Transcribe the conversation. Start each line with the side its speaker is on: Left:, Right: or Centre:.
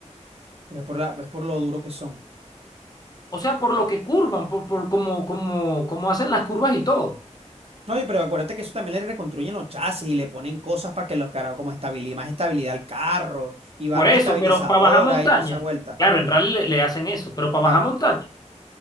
Right: Pero Es por la, es por lo duro que son.
Left: o sea, por lo que curvan, por, por cómo, como como hacen las curvas y todo.
Right: Oye, pero acuérdate que eso también le reconstruyen los chasis y le ponen cosas para que los carros, como estabilidad, más estabilidad al carro y barras
Left: Por eso,
Right: estabilizadoras
Left: pero para bajar montaña,
Right: y toda esa vuelta.
Left: claro, en rally le, le hacen eso, pero para
Right: Claro.
Left: bajar montaña,